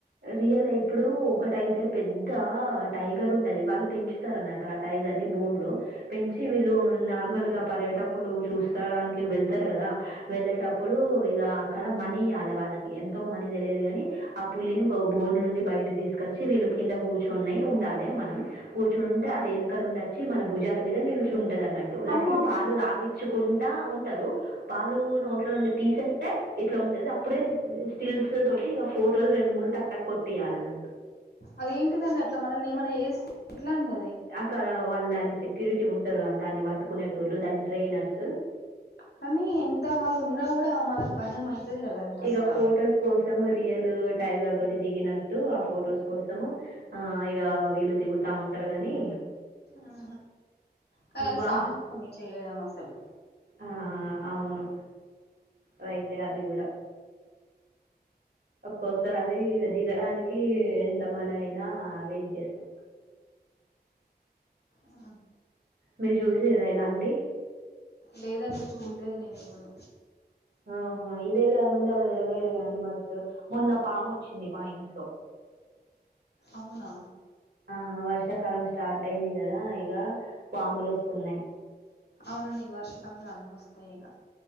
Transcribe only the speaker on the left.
ఆ
అమ్మో
అదేంటిదండి అట్లా మనల్ని ఏమన్నా చేస్తే ఎట్లా అండి అది
కానీ ఎంత వాళ్ళు ఉన్నా కూడా మనం భయం అయితది కదండి
అసలు
అవి
ఆహా కానీ అది
సాహసమే చేయడం అసలు
ఆ
లేదండి చూడలేదు నేను ఎప్పుడు
అవునా
అవునండీ వర్ష కాలం రాంగానే వస్తాయి ఈగ